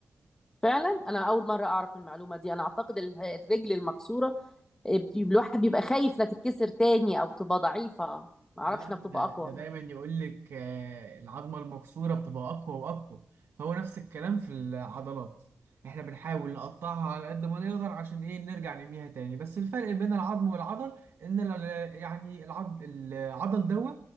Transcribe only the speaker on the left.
فعلا انا اول مره اعرف المعلومه دي انا اعتقد ال- الرجل المكسوره إيه، بي- الواحد بيبقى خايف لا تتكسر تاني او بتبقى ضعيفه ما
اعرفش انها بتبقى
اقوى